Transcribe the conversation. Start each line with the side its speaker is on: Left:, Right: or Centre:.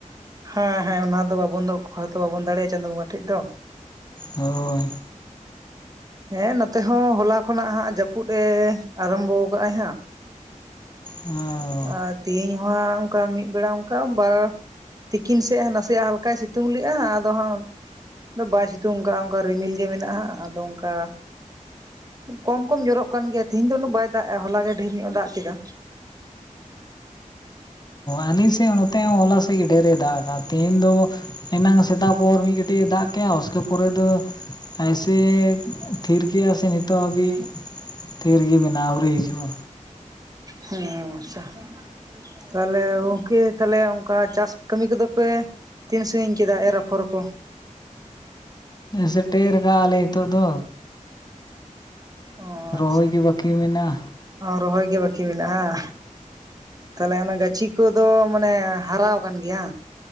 Right: ᱦᱮᱸ ᱦᱮᱸ ᱚᱱᱟ ᱫᱚ ᱵᱟᱵᱚᱱ ᱫᱚ ᱚᱠᱟ ᱫᱚ ᱵᱟᱵᱚᱱ ᱫᱟᱲᱮᱭᱟᱜᱼᱟ ᱪᱟᱸᱫᱳ ᱵᱚᱸᱜᱟ ᱴᱷᱮᱡ ᱫᱚ᱾
Left: ᱦᱳᱭ᱾
Right: ᱦᱮᱸ ᱱᱚᱛᱮ ᱦᱚᱸ ᱦᱚᱞᱟ ᱠᱷᱚᱱᱟᱜ ᱦᱟᱸᱜ ᱡᱟᱹᱯᱩᱱ ᱮ ᱟᱨᱟᱢᱵᱚ ᱟᱠᱼᱟᱭ ᱦᱟᱸᱜ᱾
Left: ᱚᱻ᱾
Right: ᱟᱨ ᱛᱤᱦᱤᱧ ᱦᱚᱸ ᱦᱟᱸᱜ ᱚᱱᱠᱟ ᱢᱤᱫ ᱵᱮᱲᱟ ᱚᱱᱠᱟ ᱵᱟᱨ ᱛᱤᱠᱤᱱ ᱥᱮᱜ ᱱᱟᱥᱮᱭᱟᱜ ᱦᱟᱞᱠᱟᱭ ᱥᱤᱛᱩᱝ ᱞᱮᱜᱼᱟ ᱟᱫᱚ ᱦᱟᱸᱜ ᱚᱱ ᱟᱫᱚ ᱵᱟᱭ ᱥᱤᱛᱩᱝ ᱠᱟᱜ-ᱟ ᱚᱱᱠᱟ ᱨᱤᱢᱤᱞ ᱜᱮ ᱢᱮᱱᱟᱜᱼᱟ ᱟᱫᱚ ᱚᱱᱠᱟ ᱠᱚᱢ ᱠᱚᱢ ᱡᱚᱨᱚᱜ ᱠᱟᱱ ᱜᱮᱭᱟ ᱛᱤᱦᱤᱧ ᱫᱚ ᱩᱱᱟᱹᱜ ᱵᱟᱭ ᱫᱟᱜ ᱮᱼᱟ ᱦᱚᱞᱟ ᱜᱮ ᱰᱷᱮᱨ ᱧᱚᱜ ᱮ ᱫᱟᱜ ᱠᱮᱫᱟ᱾
Left: ᱟᱞᱤᱧ ᱥᱮᱜ ᱱᱚᱛᱮ ᱦᱚᱸ ᱦᱚᱞᱟ ᱥᱮᱜ ᱜᱮ ᱰᱷᱮᱨᱮ ᱫᱟᱜ ᱠᱟᱜ-ᱟ, ᱛᱮᱦᱮᱧ ᱫᱚ ᱮᱱᱟᱝ ᱥᱮᱛᱟᱜ ᱵᱚᱨ ᱢᱤᱫ ᱠᱟᱹᱴᱤᱡ ᱮ ᱫᱟᱜ ᱠᱮᱜᱼᱟ ᱩᱥᱠᱮ ᱯᱚᱨᱮ ᱫᱚ ᱟᱭᱥᱮ ᱛᱷᱤᱨ ᱠᱮᱭᱟ ᱥᱮ ᱱᱤᱛᱚᱜ ᱦᱟᱵᱤᱡ ᱛᱷᱤᱨ ᱜᱮ ᱢᱮᱱᱟᱜᱼᱟ ᱟᱹᱣᱨᱤ ᱦᱤᱡᱩᱜᱼᱟ᱾
Right: ᱦᱩᱸ ᱟᱪᱪᱷᱟ ᱾ ᱛᱟᱦᱚᱞᱮ ᱜᱚᱝᱠᱮ ᱛᱟᱦᱞᱮ ᱚᱝᱠᱟ ᱪᱟᱥ ᱠᱟᱹᱢᱤ ᱠᱚᱫᱚ ᱯᱮ ᱛᱤᱱ ᱥᱟᱺᱜᱤᱧ ᱠᱮᱫᱟ ᱮᱨ ᱟᱯᱷᱚᱨ ᱠᱚ?
Left: ᱥᱮᱴᱮᱨ ᱟᱠᱟ ᱟᱞᱮ ᱦᱤᱛᱳᱜ ᱫᱚ
Right: ᱚ
Left: ᱨᱚᱦᱚᱭ
Right: ᱟᱪᱪᱷᱟ
Left: ᱜᱮ ᱵᱟᱠᱤ ᱢᱮᱱᱟᱜ-ᱟ᱾
Right: ᱨᱚᱦᱚᱭ ᱜᱮ ᱵᱟᱠᱤ ᱢᱮᱱᱟᱜ ᱟ ᱾ ᱛᱟᱦᱚᱞᱮ ᱚᱱᱟ ᱜᱟᱹᱪᱷᱤ ᱠᱚᱫᱚ ᱢᱟᱱᱮ ᱦᱟᱨᱟᱣ ᱟᱠᱟᱱ ᱜᱮᱭᱟ᱾